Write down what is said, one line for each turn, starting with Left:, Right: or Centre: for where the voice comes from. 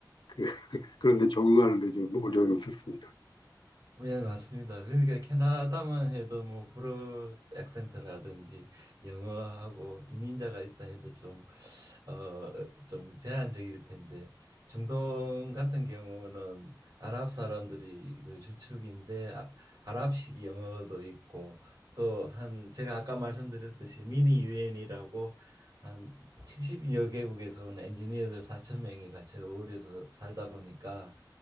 Left: 그 그런 데 적응하는 데 좀 어려움이 있었습니다.
Right: 어, 예, 맞습니다. 그러니까 캐나다만 해도 뭐 불어 액센트라든지 영어하고 이민자가 있다 해도 좀, 어, 좀 제한적일 텐데 중동 같은 경우는 아랍 사람들이 그 주축인데 아, 아랍식 영어도 있고 또 한 제가 아까 말씀드렸듯이 미니 유엔이라고 한 70여 개국에서 온 엔지니어들 4천 명이 같이 어울려서 살다 보니까